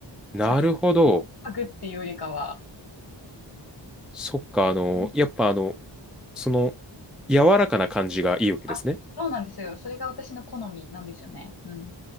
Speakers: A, in the centre; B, on the left (about 55°).
A: なるほど。
B: つっかぐっていうよりかは、
A: そっか、あの、
B: うん
A: やっぱあの、その、柔らかな感じがいいわけですね。
B: あ、そうなんですよ。それが私の好みなんですよね。うん。